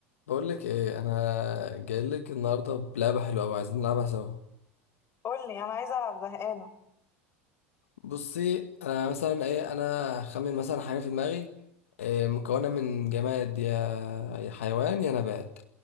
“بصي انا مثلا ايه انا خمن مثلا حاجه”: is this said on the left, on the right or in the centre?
Left